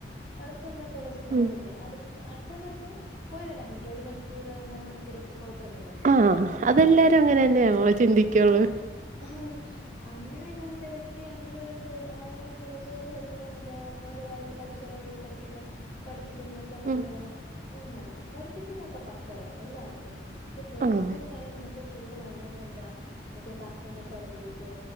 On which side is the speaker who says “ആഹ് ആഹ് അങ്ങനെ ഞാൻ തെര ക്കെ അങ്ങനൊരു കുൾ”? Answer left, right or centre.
Left